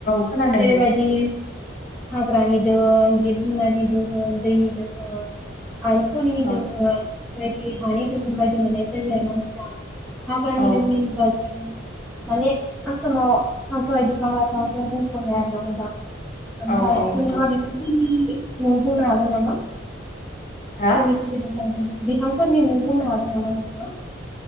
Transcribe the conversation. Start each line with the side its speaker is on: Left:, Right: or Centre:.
Left: खोनादों
Centre: जेरै
Left: दे
Centre: बायदि। हाग्रानि दोन जिब जुनारनि दोन दैनि दोहोन। आरो खनिनि
Left: औ
Centre: दोहोन बायदि हानि दोहोम बायदि मोननाय जायो आरो ना नोंथां हाग्रानि।
Left: औ
Centre: नि बा जों माने आसामाव थांबाय बिफां लाइफांजों बुंफबनाय आरोना नोंथां ओमफ्राय
Left: औ औ
Centre: नोंथाङा
Left: नंगौ
Centre: बिखिनिखौ बुंनो हागोन नामा?
Left: हा
Centre: जोंनि सोरगिदिं आव थानाय बिफांफोरनि मुं बुंनो हागोन नामा नोंथाङा।